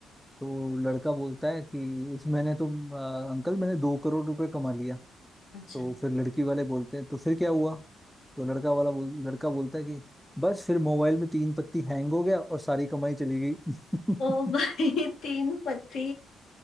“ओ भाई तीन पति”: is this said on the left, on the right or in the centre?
Left